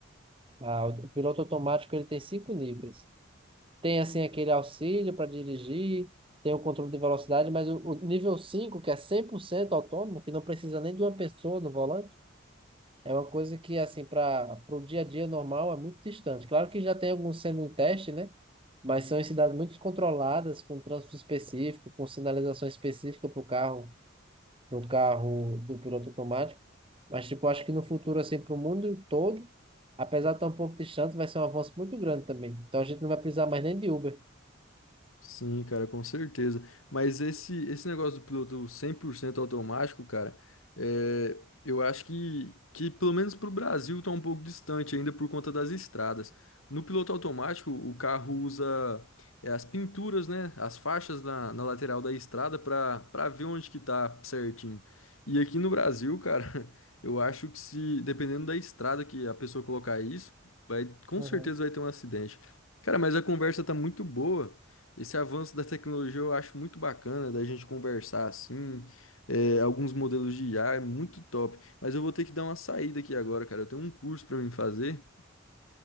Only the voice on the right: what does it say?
a, o piloto automático ele tem cinco níveis. Tem, assim, aquele auxílio para dirigir, tem o controle de velocidade, mas o, o nível 5 que é 100% autônomo, que não precisa nem de uma pessoa no volante, é uma coisa que, assim, para o dia a dia normal é muito distante. Claro que já tem alguns sendo em teste, né? Mas são em cidades muito controladas, com trânsito específico, com sinalização específica para o carro, para o carro do piloto automático. Mas, tipo, acho que no futuro, assim, para o mundo todo, apesar de estar um pouco distante, vai ser um avanço muito grande também. Então a gente não vai precisar mais nem de Uber.
Uhum.